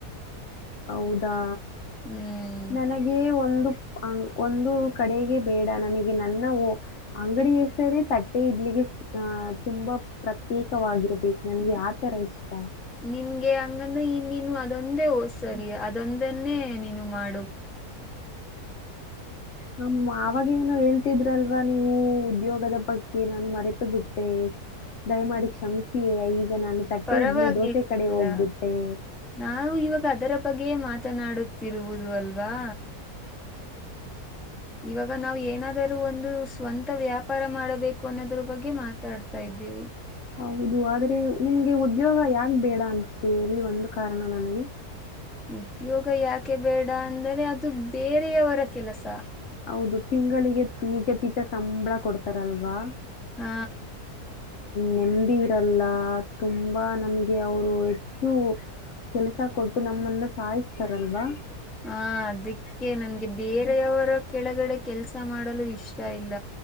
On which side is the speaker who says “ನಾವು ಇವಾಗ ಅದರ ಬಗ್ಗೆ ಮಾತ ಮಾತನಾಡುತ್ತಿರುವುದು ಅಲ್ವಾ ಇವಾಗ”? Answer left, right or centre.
Centre